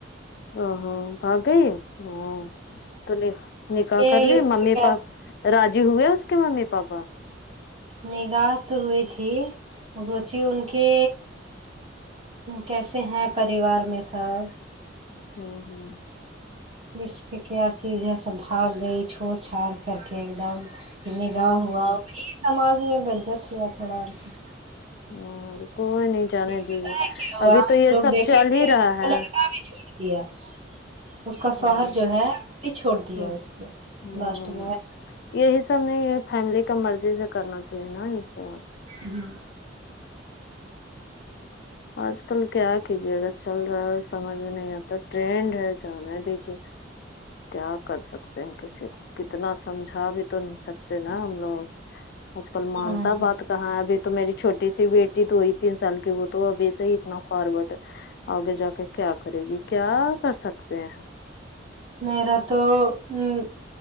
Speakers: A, on the left; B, on the right.
A: ا وہ ہو بھاگ گئی ہے او تو نکاح
B: کے
A: کر لی
B: اس
A: ممی
B: کے کیا
A: پاپ راضی ہوئے اس کے ممی پاپا
B: نکاح تو ہوئی تھی بچی ان کے کیسے ہیں پریوار میں سب
A: ہ ہوں
B: اس کی کیا چیز ہے سب بھاگ گئی چھوڑ چھاڑ کر کے ایک دم نکاح
A: ہوں
B: ہوا
A: ہوں
B: وہی سماج میں بےعزت ہوا تھوڑا اور کیا
A: اور کو نہیں جانے
B: یہ بت
A: دیجیے
B: ہے کیا ہوا
A: ابھی
B: ہم
A: تو یہ
B: لوگ
A: سب
B: دیکھے
A: چل ہی رہا
B: خود کو
A: ہے
B: لڑکا بھی چھوڑ دیا اس کا شوہر
A: ہوں
B: جو ہے وہ بھی چھوڑ دیا
A: ہوں
B: اس کو
A: ہوں
B: لاسٹ میں
A: یہی سب نہیں فیملی کا مرضی سے کرنا چاہیے نا یہ سب
B: ہمم
A: آج کل کیا کیجے اگر چل رہا ہے سمجھ میں نہیں آتا ٹرینڈ ہے جانا ہے دیجیے کیا کر سکتے ہیں کسی کو کتنا سمجھا بھی تو نہیں سکتے نا ہم لوگ آج کل مانتا
B: ہاں ہاں
A: بات کہاں ہے ابھی تو میری چھوٹی سی بیٹی تو ہوئی تین سال کی وہ تو ابھی سے ہی اتنا فارورڈ ہے تو آگے جا کے کیا کرے گی کیا کر سکتے ہیں
B: میرا تو مم